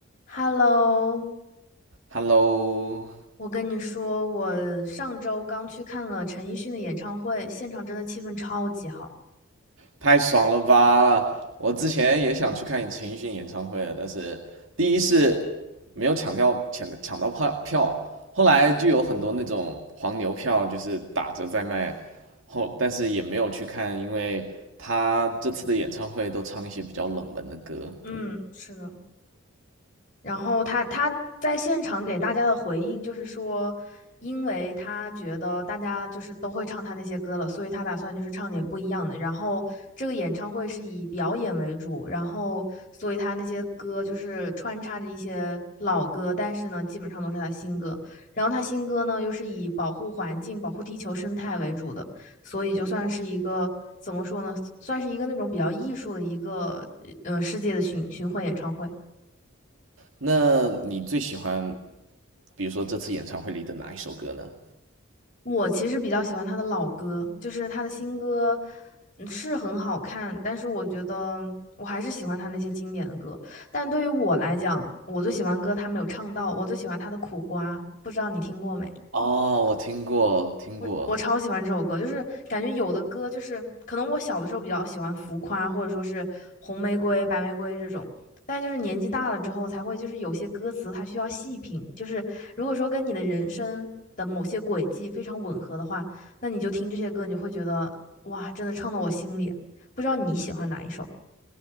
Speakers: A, on the left; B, on the right.
A: Hello，
B: Hello，
A: 我跟你说，我上周刚去看了陈奕迅的演唱会，现场真的气氛超级好。
B: 太爽了吧！我之前也想去看陈奕迅演唱会的，但是第一是没有抢掉抢抢到票票，后来就有很多那种黄牛票就是打折在卖，后但是也没有去看，因为他这次的演唱会都唱一些比较冷门的歌。
A: 嗯，是的。然后他他在现场给大家的回应就是说，因为他觉得大家就是都会唱他那些歌了，所以他打算就是唱点不一样的。然后这个演唱会是以表演为主，然后所以他那些歌就是穿插着一些老歌，但是呢，基本上都是他新歌。然后他新歌呢又是以保护环境、保护地球生态为主的，所以就算是一个。怎么说呢？算是一个那种比较艺术的一个，呃，世界的巡巡回演唱会。
B: 那你最喜欢，比如说这次演唱会里的哪一首歌呢？
A: 我其实比较喜欢他的老歌，就是他的新歌，嗯是很好看，但是我觉得我还是喜欢他那些经典的歌。但对于我来讲，我最喜欢歌他没有唱到，我最喜欢他的《苦瓜》，不知道你听过没？
B: 哦，我听过，听过。
A: 我我超喜欢这首歌，就是感觉有的歌就是可能我小的时候比较喜欢浮夸，或者说是红玫瑰、白玫瑰这种，但是就是年纪大了之后才会，就是有些歌词它需要细品，就是如果说跟你的人生的某些轨迹非常吻合的话，那你就听这些歌，你会觉得哇，真的唱到我心里。不知道你喜欢哪一首？